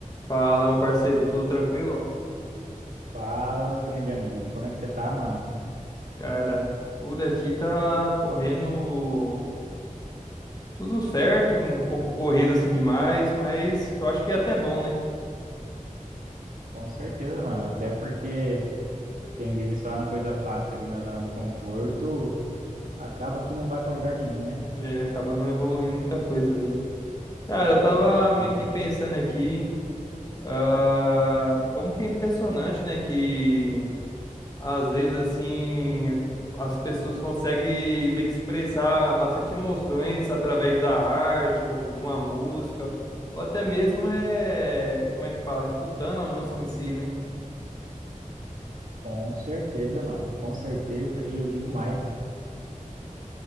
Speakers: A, on the left (about 30°); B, on the right (about 75°).
A: Fala, meu parceiro, tudo tranquilo?
B: Fala, meu grande amigo. Como é que você tá, mano?
A: Cara, por aqui tá correndo tudo certo, um pouco corrido assim demais, mas eu acho que é até bom, né?
B: Com certeza, mano. Até porque quem vive só na coisa fácil ali na zona do conforto acaba que não vai pra lugar nenhum, né?
A: É, acaba não evoluindo muita coisa ali. Cara, eu tava
B: Exatamente.
A: meio que pensando aqui, ah, como que é impressionante, né, que Às vezes, assim, as pessoas conseguem meio que expressar bastante emoções através da arte ou de uma música, ou até mesmo é, como é que fala, escutando a música em si, né?
B: Com certeza, mano. Com certeza. E eu digo mais,